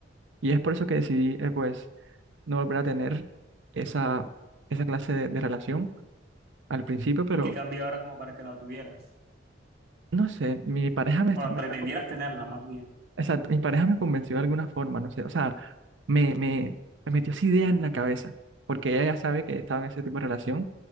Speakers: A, on the right; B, on the right.
A: y es por eso que decidí, eh, pues, no volver a tener esa, esa clase de de relación al principio, pero
B: ¿Y qué cambio ahora como para que la tuvieras?
A: No sé, mi pareja me está,
B: O la
A: me
B: pretendieras
A: está con-
B: tenerla más bien.
A: exacto, mi pareja me convenció de alguna forma, no sé, o sea, me, me, me metió esa idea en la cabeza, porque ella ya sabe que estaba en ese tipo de relación,